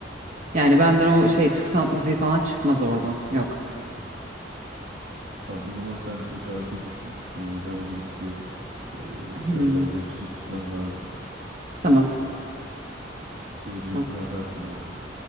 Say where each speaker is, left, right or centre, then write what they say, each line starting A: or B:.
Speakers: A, on the right; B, on the right.
A: Yani benden o şey Türk sanat müziği falan çıkmaz oradan. Yok.
B: Tamam o zaman sen o şarkıyı düşün. E, ben onu istiyorum. E,
A: Hmm,
B: şey yapalım benim şimdi gitmem lazım.
A: tamam.
B: E, linkini
A: Tamam.
B: atarsın bana.